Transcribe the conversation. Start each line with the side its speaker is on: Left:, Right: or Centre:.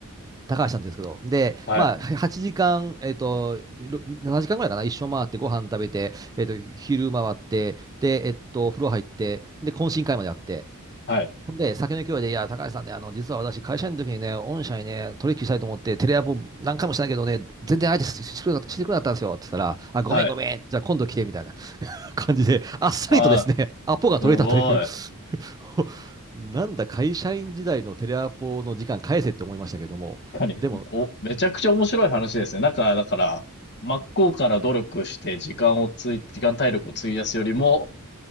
Right: 高橋さんって言うんですけど。で、
Left: はい。
Right: まあ、8時間、えっと、ろ7時間ぐらいかな、一緒回って、ご飯食べて、えっと、昼回って、で、えっと、風呂入って、で、懇親会までやって、
Left: はい。
Right: ほんで、酒の勢いで、いや、高橋さんね、あの、実は私、会社員の時にね、御社にね、取引したいと思って、テレアポ何回もしたけどね、全然相手ししてくれなかったしてくれなかったんですよ、って言ったら、あ、ごめんごめん、
Left: はい。
Right: じゃあ今度来て、みたいな <laughs> 感じで、あっさりとですね、
Left: ああ、
Right: アポが取れたという
Left: すごい。
Right: <laughs> なんだ、会社員時代のテレアポの時間返せって思いましたけども、
Left: 確かに。
Right: でも、
Left: お、めちゃくちゃ面白い話ですね。なんか、だから、真っ向から努力して時間をつい、時間体力を費やすよりも、